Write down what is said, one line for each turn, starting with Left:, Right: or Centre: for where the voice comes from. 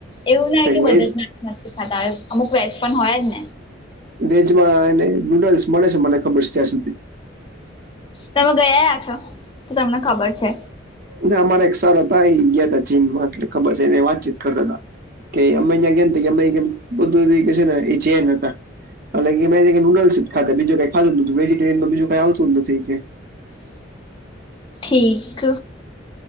Left: એવું <unintelligible>
Right: વેજ
Left: <unintelligible> અમુક વેજ પણ હોય જ ને?
Right: વેજમાં અને નૂડલ્સ મળે છે મને ખબર છે ત્યાં સુધી.
Left: તમે ગયાયા છો તો તમને ખબર છે?
Right: ના અમારા એક સર હતા ઈ ગ્યાતા ચીનમાં એટલે ખબર છેને વાતચીત કરતા તા. કે અમે ઇયા ગ્યા તો કે કે અમે બધું ને એ છે જૈન હતા. અલા એ કે બધી નુડલ્સ જ ખાધ બીજુ કઈ ખાધું નથી વેજીટેરયનમાં બીજું કઈ આવતું નથી કે, <inaudible>
Left: ઠીક.